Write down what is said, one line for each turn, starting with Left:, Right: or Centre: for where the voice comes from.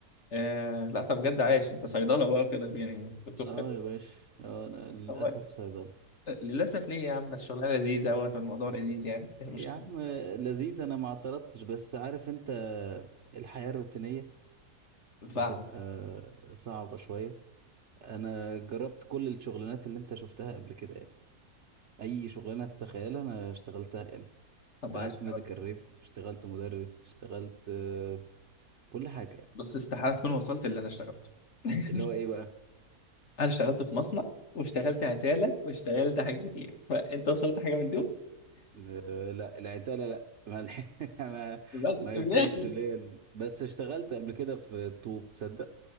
Left: آه لا طب بجد عايش انت صيدله بقى وكده يعني دكتور
Right: اه
Left: صيدله
Right: يا باشا اه انا للاسف
Left: طب
Right: صيدله
Left: للاسف ليه يا عم الشغلانه لذيذه اهوت والموضوع لذيذ يعني ايه المشكله
Right: يا عم لذيذ انا ما اعترضتش بس عارف انت الحياة الروتينية بتبقى
Left: فاهم
Right: صعبة شوية انا جربت كل الشغلانات اللي انت شفتها قبل كده يعني اي شغلانة تتخيلها انا اشتغلتها يعني
Left: طب
Right: اشتغلت
Left: عايش
Right: ميديكال
Left: أوي.
Right: ريب اشتغلت مدرس اشتغلت آه، كل حاجة يعني
Left: بص استحاله تكون وصلت اللي انا اشتغلته <laughs>
Right: اللي هو ايه بقى
Left: انا اشتغلت في مصنع واشتغلت عتاله واشتغلت حاجات كتير فانت وصلت حاجه من دول
Right: آه، لا العتالة لا ما الح- <laughs> ما
Left: <laughs> بس
Right: ما
Left: في الاخر
Right: كانش ليا ال- بس اشتغلت قبل كده في طوب تصدق